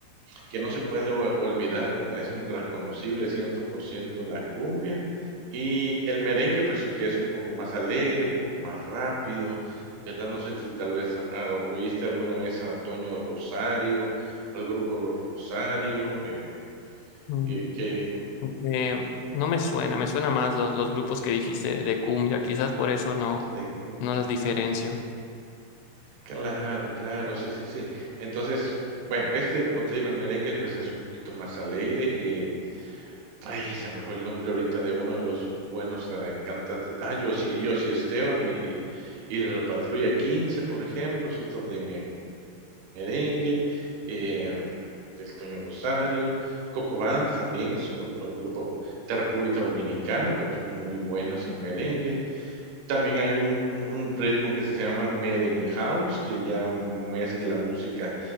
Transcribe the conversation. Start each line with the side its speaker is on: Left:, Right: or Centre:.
Right: que no se puede o- olvidar, ¿verdad? Es un reconocible 100% la cumbia y el merengue, pues que es un poco más alegre, un poco más rápido, ¿verdad? No sé si tal vez ah, oíste alguna vez a Toño Rosario, al grupo Los Rosario, eh,
Left: Mm,
Right: que, que
Left: eh, no me suena, me suena más los, los grupos que dijiste de cumbia, quizás por eso no,
Right: de cumbia.
Left: no los diferencio.
Right: Claro, claro, sí, sí, sí. Entonces, bueno, este, como te digo, el merengue, pues es un poquito más alegre, eh, Ay, se me fue el nombre ahorita de uno de los buenos eh, cantantes. Ah, yo sí, yo sí Esteban y, y de la Patrulla 15, por ejemplo, es otro de me- merengue, eh, del Toño Rosario, Coco Bands también es un otro grupo de República Dominicana, pero son muy buenos en merengue. También hay un, un un ritmo que se llama Merengue House, que ya mezcla música